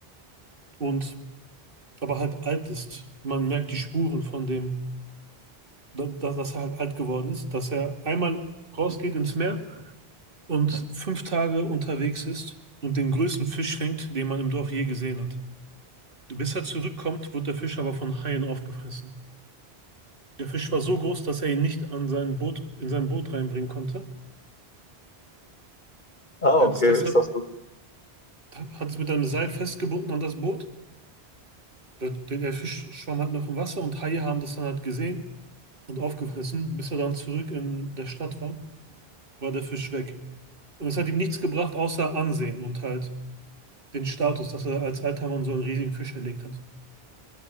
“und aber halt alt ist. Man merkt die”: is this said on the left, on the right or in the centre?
Right